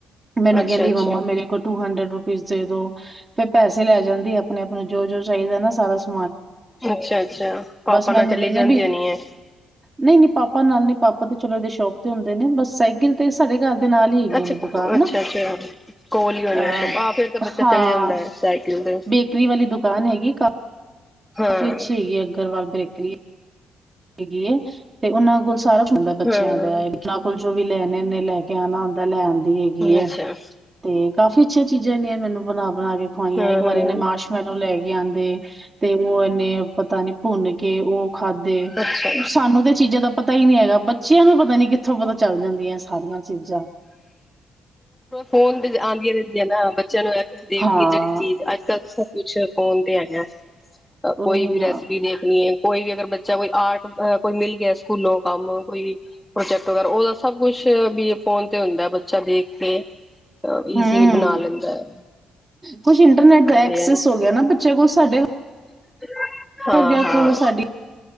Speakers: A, on the right; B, in the centre.
A: ਮੈਨੂੰ
B: ਅੱਛਾ
A: ਕਹਿੰਦੀ
B: ਅੱਛਾ
A: ਮੰਮਾ ਮੇਰੇ ਕੋਲ ਟੂ ਹੰਡਰਡ ਰੂਪ ਵਿਚ ਦੇ ਦੋ ਤੇ ਪੈਸੇ ਲੈ ਜਾਂਦੀ ਏ ਅਪਣੇ ਆਪ ਨੂੰ ਜੋ ਜੋ ਚਾਈਦੈ ਨਾ ਸਾਰਾ ਸ
B: ਅੱਛਾ-ਅੱਛਾ, ਪਾਪਾ
A: ਮੈਨੂੰ
B: ਨਾਲ ਚਲੀ
A: ਕਹਿੰਨੇ
B: ਜਾਂਦੀ
A: ਵੀ
B: ਹੋਣੀ ਏ।
A: ਨਹੀਂ ਨਹੀਂ ਪਾਪਾ ਨਾਲ ਨਹੀਂ ਪਾਪ ਪਾ ਤੇ ਚਲੇ ਗੲੇ ਸ਼ੋਪ ਤੇ ਹੁੰਦੇ ਨੇ, ਬਸ ਸਾਈਕਲ ਤੇ ਸਾਡੇ ਘਰ ਦੇ ਨਾਲ ਹੀ ਹੈਗੀਆਂ
B: ਅੱਛਾ,
A: ਨੇ ਦੁਕਾਨ
B: ਅੱਛਾ,
A: ਨਾ
B: ਅੱਛਾ, ਕੋਲ ਈ ਹੋਣੀਐ
A: ਅਹ
B: ਅੱਛਾ, ਆਹ, ਫੇਰ ਤਾਂ ਬੱਚਾ
A: ਹਾਂ
B: ਚਲ ਜਾਂਦੈ ਸਾਈਕਲ ਤੇ
A: ਬੇਕਰੀ ਵਾਲੀ ਦੁਕਾਨ ਹੈਗੀ ਏ ਕਾ
B: ਹਾਂ
A: ਕਾਫੀ ਅੱਛੀ ਹੈਗੀ ਆ ਅੱਕਲ ਬਕ ਠੀ ਹੈਗੀ ਐ ਤੇ ਓਹਨਾ ਕੋਲ ਸਾਰਾ ਹੁੰਦਾ ਬੱਚਿਆ
B: ਹਾਂ
A: ਦੇ ਇੰਨਾ ਕੁਛ ਜੋ ਵੀ ਲੈਣੇ ਨੇ ਲੇ ਮੇਰਾ ਨਾਮ ਆਉਂਦਾ ਲੈਣ ਦੀ ਹੈਗੀ ਆ,
B: ਅੱਛਾ
A: ਤੇ, ਕਾਫੀ ਅੱਛੀਆ ਚੀਜ਼ ਨੇ ਐ ਮੈਨੂੰ ਬਣਨ ਬਣਕੇ ਖਵਾਇਆ
B: ਹਾਂ
A: ਇੱਕ ਵਾਰੀ
B: ਹਾਂ
A: ਏਨੇ ਮਰਸ਼ਮੇਲੋ ਅੰਦੇ ਤੇ ਉਹ ਇਨੇ ਪਤਾ ਨਹੀਂ ਪੁੰਨ ਕਿ ਉਹ ਖਾਦੇ।
B: ਅੱਛਾ
A: ਸਾਨੂੰ ਤੇ ਚੀਜ਼ਾ ਦਾ ਪਤਾ ਹੀ ਨਹੀਂ ਹੈਗਾ ਬੱਚਿਆਂ ਨੂੰ ਪਤਾ ਨਹੀਂ ਕਿੱਥੋਂ ਪਤਾ ਚੱਲ ਜਾਂਦੀਆ। ਸਾਰਿਆ ਚੀਜਾਂ।
B: ਫੋਨ ਆਉਂਦੀਆਂ ਰਹਿੰਦੀਆਂ ਨਾ ਬੱਚਿਆਂ ਨੂੰ ਦੇਖ
A: ਹਾਂ
B: ਕੇ ਜੇਦੀ ਚੀਜ ਆਕ ਕਲ ਸਬ ਕੁਛ ਫੋਨ ਤੇ ਹੈਗੇ ਕੋਈ
A: ਉਹੀ
B: ਵੀ
A: ਨਾ
B: ਰੈਸਿਪੀ ਨੀਡ ਨਹੀਂ ਹ ਕੋਈ ਵੀ ਅਗਰ ਬੱਚਾ ਕੋਈ ਆਰਟ ਕੋਈ ਮਿਲ ਗਿਆ ਸਕੂਲ ਲੋ ਕੰਮ ਕੋਈ ਪ੍ਰੋਜੈਕਟ ਵਗੈਰਾ ਉਹਦਾ ਸਭ ਕੁਝ ਵੀ ਫੋਨ ਤੇ ਹੁੰਦਾ ਛਾ ਦੇਖ ਕੇ
A: ਹਨ
B: ਈਜ਼ੀ ਬਣਾ ਲੈਂਦਾ ਹੈ
A: ਕੁਛ ਇੰਟਰਨੈਟ ਦਾ
B: ਹਾਂਜੀ
A: ਐਕਸੈੱਸ
B: ਹਾਂਜੀ
A: ਹੋਗਿਆ ਨਾ ਬਚਿਆ ਕੋਲ ਸਾਡੇ
B: <unintelligible> ਹਾਂ
A: ਵਰਗਿਆਂ ਕੋਲ
B: ਹਾਂ
A: ਸਾਡੇ